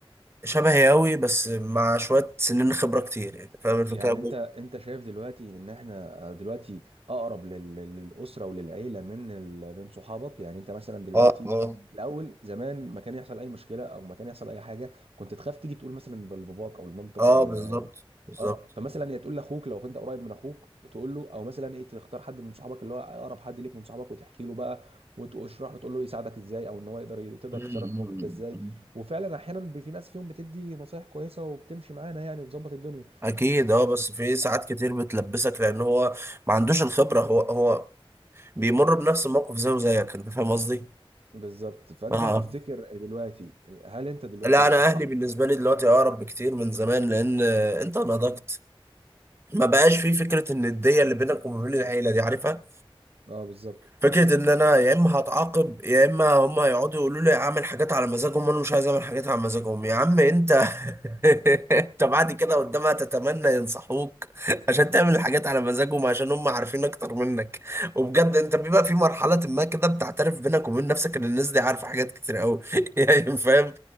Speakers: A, on the right; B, on the right.
A: شبهي قوي بس مع شوية سنين خبرة كتير يعني فاهم الفكرة
B: يعني انت انت شايف دلوقتي ان احنا دلوقتي اقرب لل- للاسره وللعيله من ال... من صحابك يعني انت مثلا دلوقتي
A: اه اه
B: الاول زمان ما كان يحصل اي مشكله او ما كان يحصل اي حاجه كنت تخاف تيجي تقول مثلا لباباك او لمامتك
A: اه
B: او ل...
A: بالظبط بالظبط
B: اه فمثلا يا تقول لاخوك لو كنت قريب من اخوك تقول له او مثلا ايه تختار حد من صحابك اللي هو اقرب حد ليك من صحابك وتحكي له بقى وتشرح له تقول له يساعدك ازاي او ان هو يقدر تقدر
A: مم،
B: تتصرف في الموقف
A: مم،
B: ده ازاي
A: مم.
B: وفعلا احيانا بي- في ناس فيهم بتدي نصايح كويسه وبتمشي معانا يعني وبتظبط الدنيا
A: اكيد اه بس في ساعات
B: اه
A: كتير بتلبسك لان هو ما عندوش الخبره هو هو بيمر بنفس الموقف زيه زيك انت فاهم قصدي
B: بالظبط فانت
A: اه
B: هتفتكر دلوقتي هل انت دلوقتي
A: لا
B: الاصح
A: انا اهلي بالنسبه لي دلوقتي اقرب بكتير من زمان لان آه، انت نضجت ما بقاش في فكره النديه اللي بينك وما بين العيله دي عارفها
B: اه بالظبط
A: فكرة ان انا يا اما هتعاقب يا اما هم هيقعدوا يقولوا لي اعمل حاجات على مزاجهم وانا مش عايز اعمل حاجات على مزاجهم يا عم انت <laughs> انت بعد كده قدامها تتمنى ينصحوك عشان تعمل الحاجات على مزاجهم عشان هم عارفين اكتر منك وبجد انت بيبقى في مرحلة ما كده بتعترف بينك وبين نفسك ان الناس دي عارفة حاجات كتير قوي <laughs> يعني فاهم